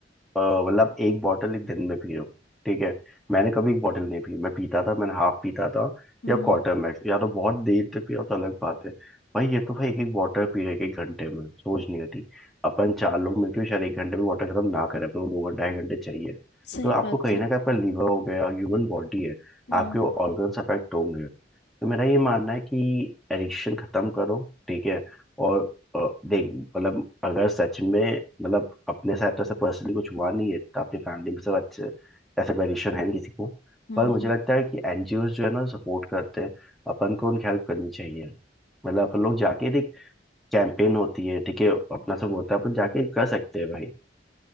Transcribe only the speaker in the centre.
अ, मतलब एक बॉटल एक दिन में पी रहे हो ठीक है मैंने कभी एक बॉटल नहीं पी मैं पीता था मैंने हाफ पीता था
या
क्वार्टर मैक्स या तो बहुत देर तक पिया तो अलग बात है भाई ये तो भाई एक एक बॉटल पी रहे एक घंटे में सोच नहीं होती अपन चार लोग
मिलकर भी शायद एक घंटे में वाटर खत्म ना करें अपने को दो घंटे ढाई घंटे चाहिए
तो आपको
कहीं
ना कहीं आपका लीवर हो गया ह्यूमन बॉडी है
आपके ऑर्गन्स अफेक्ट होंगे तो मेरा ये मानना है कि एडिक्शन खत्म करो ठीक है और और देख मतलब अगर सच में मतलब अपने साथ तो ऐसा पर्सनली कुछ हुआ नहीं है तो अपनी फैमिली में सब अच्छे ऐसा कंडीशन है नहीं किसी को
पर मुझे
लगता है कि एनजीओज जो है ना सपोर्ट करते हैं अपन को उनकी हेल्प करनी चाहिए मतलब अपन लोग जाके देख कैंपेन होती है ठीक है अपना सब होता है अपन जाके कर सकते हैं भाई